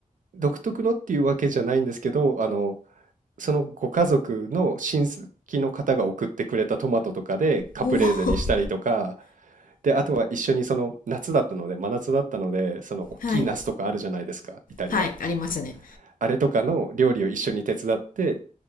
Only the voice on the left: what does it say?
おお <laughs> は
い
はいありますね